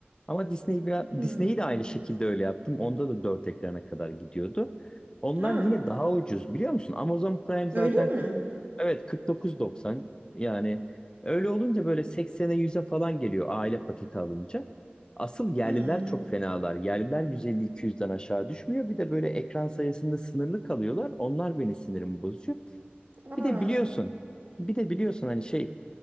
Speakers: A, on the left; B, on the right.
A: Ama Disney biraz,
B: hmm.
A: Disney'i de aynı şekilde öyle yaptım. Onda da dört ekrana kadar gidiyordu. Onlar
B: Aa,
A: yine daha ucuz biliyor musun? Amazon Prime zaten
B: öyle mi?
A: 40, evet 49.90 yani öyle olunca böyle 80'e 100'e falan geliyor aile paketi alınca. Asıl yerliler
B: Hmm.
A: çok fenalar. Yerliler 150-200'den aşağı düşmüyor. Bir de böyle ekran sayısında sınırlı kalıyorlar. Onlar beni sinirimi bozuyor.
B: Aa.
A: Bir de biliyorsun, bir de biliyorsun hani şey,